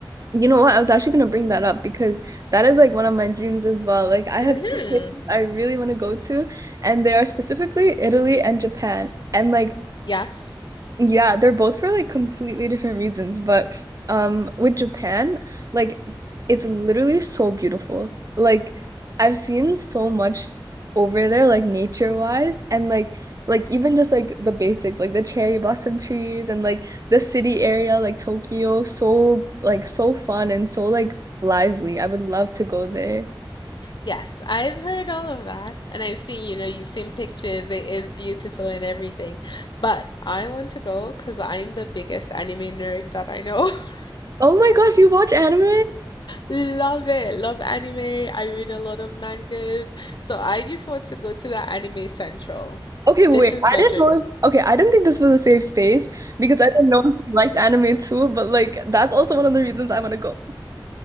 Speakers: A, on the right; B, on the left.
A: You know what? I was actually gonna bring that up because that is like one of my dreams as well. Like I have
B: hmm
A: two places I really want to go to, and they are specifically Italy and Japan. And like
B: Yes.
A: yeah, they're both for like completely different reasons, but f- um with Japan, like it's literally so beautiful. Like I've seen so much over there like nature-wise and like like even just like the basics like the cherry blossom trees and like the city area like Tokyo so like so fun and so like lively. I would love to go there.
B: Yes, I've heard all of that and I've seen, you know, you've seen pictures. It is beautiful and everything. But I want to go because 'cause I'm the biggest anime nerd that I know. <laughs>
A: Oh my gosh, you watch anime?
B: Love it. Love anime. I read a lot of mangas. So I just want to go to the anime central.
A: Okay, wait.
B: This is
A: I
B: my
A: didn't
B: dream.
A: know if, okay, I didn't think this was a safe space because I didn't know if you liked anime too, but like that's also one of the reasons I want to go.